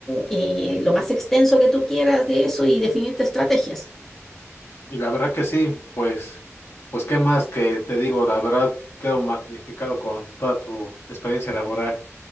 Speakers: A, in the centre; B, on the left (about 55°).
A: eh, lo más extenso que tú quieras de eso y definirte estrategias.
B: Y la verdad que sí, pues, pues qué más que te digo, la verdad quedo magnificado con toda tu experiencia laboral.